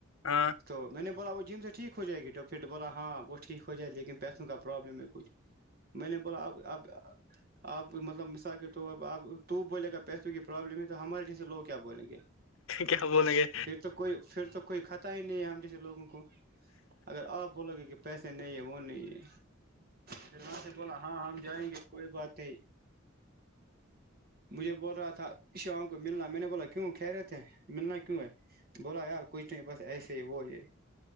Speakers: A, on the left; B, on the right.
A: ہاں
B: تو میں نے بولا وہ جم سے ٹھیک ہو جائے گی ڈاپ پھرٹ بولا ہاں وہ ٹھیک ہو جائے لیکن پیسوں کا پرابلم ہے کچھ میں نے بولا اب اب آپ مطلب مثال کے طور پر آپ تو بولے ا گا پیسوں کی پرابلم ہے تو ہمارے جیس سے لوگ کیا بولیں گے
A: کیا ہوب لگے
B: پھر تو کوئی پھر تو کوئی خطا ہی نہیں ہے ہم جیسے لوگوں کو اگر آپ بولو گے کہ پیسے نہیں ہے وہ نہیں ہے پھر وہاں سے بولا ہاں ہم جائیں گے کوئی بات نہیں مجھے بول رہا تھا شام کو ملنا میں نے بولا کیوں کہہ رہے تھے ملنا کیوں ہے بولا یار کچھ نہیں بس ایسے ہی وہ ہے